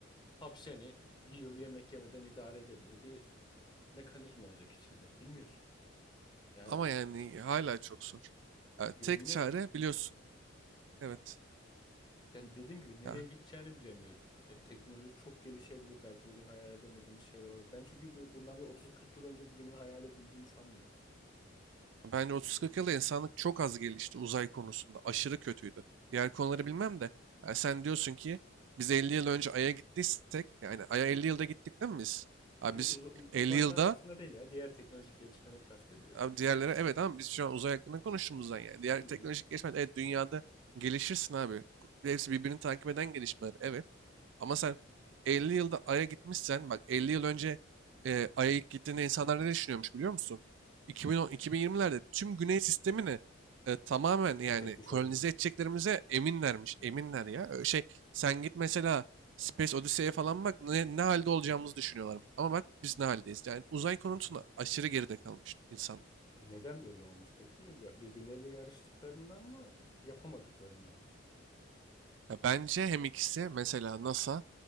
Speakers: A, on the left; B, on the right.
A: Hap seni bir yıl yemek yemeden idare edebilir. Bir mekanizma olacak içinde. Bilmiyorsun. Yani
B: Ama yani hala çok zor. Ya tek
A: yo- yine
B: çare biliyorsun. Evet.
A: yani dediğim gibi nereye
B: Ya,
A: gideceğini bilemiyorum. Ya teknoloji çok gelişebilir. Belki bugün hayal edemediğimiz şeyler olabilir. Ben çünkü bir- bundan bir 30-40 yıl önce bugünün hayal edildiğini sanmıyorum.
B: bence 30-40 yılda insanlık çok az gelişti uzay konusunda. Aşırı kötüydü. Diğer konuları bilmem de. ya sen diyorsun ki biz 50 yıl önce Ay'a gittiysek yani Ay'a 50 yılda gittik değil mi biz? Abi
A: Yo,
B: biz
A: uz- u-
B: 50
A: uzay
B: yılda
A: manasında değil ya. Diğer teknolojik gelişmeleri kastediyorum.
B: Abi diğerleri evet ama biz şu an uzay hakkında konuştuğumuzdan yani. Diğer
A: Hı
B: teknolojik
A: hı.
B: gelişmeler evet dünyada gelişirsin abi. Hepsi birbirini takip eden gelişmeler evet. Ama sen 50 yılda Ay'a gitmişsen bak 50 yıl önce e, Ay'a ilk gittiğinde insanlar ne düşünüyormuş biliyor musun? 2010, 2020'lerde tüm güney sistemini e, tamamen yani
A: Fethetmiş
B: kolonize
A: olurdu.
B: edeceklerimize eminlermiş. Eminler ya. Ö- Şey sen git mesela Space Odyssey'e falan bak ne, ne halde olacağımızı düşünüyorlarmış. Ama bak biz ne haldeyiz. Yani uzay konusunda aşırı geride kalmış insan.
A: Neden böyle olmuş peki? Ya birbirleriyle yarıştıklarından mı, yapamadıklarından mı?
B: Ya bence hem ikisi mesela NASA